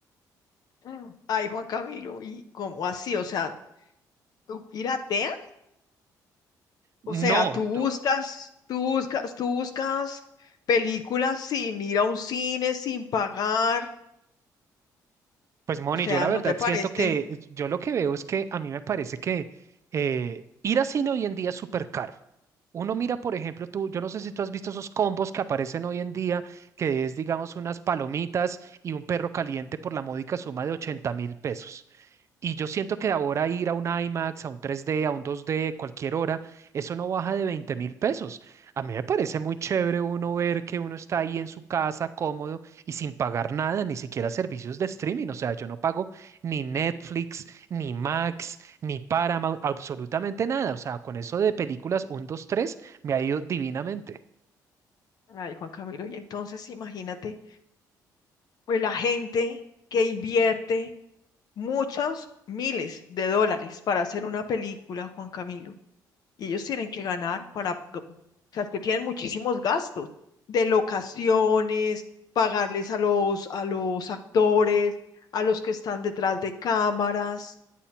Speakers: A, on the left; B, on the right.
A: Mm. Ay, Juan Camilo, ¿y cómo así? O sea, ¿tú pirateas?
B: No,
A: O sea, tú buscas,
B: no,
A: tú buscas, tú buscas películas sin ir a un cine, sin pagar.
B: Pues Moni,
A: O sea,
B: yo la
A: ¿no
B: verdad
A: te parece?
B: siento que yo lo que veo es que a mí me parece que eh, ir a cine hoy en día es súper caro. Uno mira, por ejemplo, tú, yo no sé si tú has visto esos combos que aparecen hoy en día, que es, digamos, unas palomitas y un perro caliente por la módica suma de ochenta mil pesos. Y yo siento que ahora ir a un IMAX, a un 3D, a un 2D, cualquier hora, eso no baja de veinte mil pesos. A mí me parece muy chévere uno ver que uno está ahí en su casa cómodo y sin pagar nada, ni siquiera servicios de streaming. O sea, yo no pago ni Netflix, ni Max, ni Paramount, absolutamente nada. O sea, con eso de películas 1, 2, 3, me ha ido divinamente.
A: Ay, Juan Camilo, y entonces imagínate, pues la gente que invierte. muchos miles de dólares para hacer una película, Juan Camilo, y ellos tienen que ganar para, o sea, es que tienen muchísimos gastos de locaciones, pagarles a los, a los actores, a los que están detrás de cámaras.